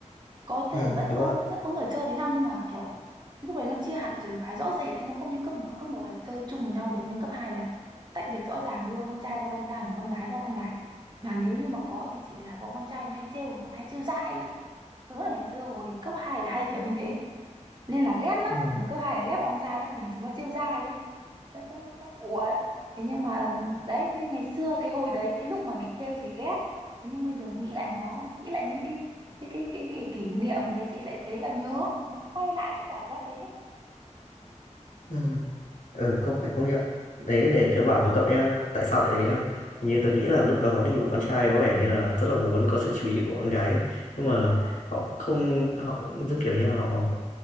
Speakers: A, on the right; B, on the left.
A: có
B: ừ,
A: thể vẫn
B: đúng
A: có
B: rồi
A: vẫn có người chơi với nhau nhưng mà kiểu lúc đấy nó chia hẳn trường phái rõ rệt ấy, nó không như cấp một cấp một là chơi chung với nhau được nhưng cấp 2 là tách biệt rõ ràng luôn con trai ra con trai mà con gái ra con gái mà nếu như mà có thì chỉ là bọn con trai nó hay trêu còn hay trêu dai ấy. Tớ là ngày xưa hồi cấp 2 là hay kiểu như thế nên là ghét lắm
B: ừ,
A: hồi cấp hai là ghét bọn con trai lắm mình chúng nó trêu dai ấy nó nó nó nó đùa ấy thế nhưng mà đấy như ngày xưa cái hồi đấy cái lúc mà bị trêu thì ghét thế nhưng bây giờ nghĩ lại nó nghĩ lại những cái cái cái cái, cái kỷ niệm đấy thì lại thấy là nhớ muốn quay lại cái cảm giác đấy ấy.
B: ừ, ừ, không phải không nhận đấy để tớ bảo với cậu nhá tại sao lại thế nhá Hình như tớ nghĩ là lúc đó thì bọn con trai có vẻ như là rất là muốn có sự chú ý của con gái ấy. nhưng mà
A: ừ,
B: họ không họ cũng giống kiểu như là họ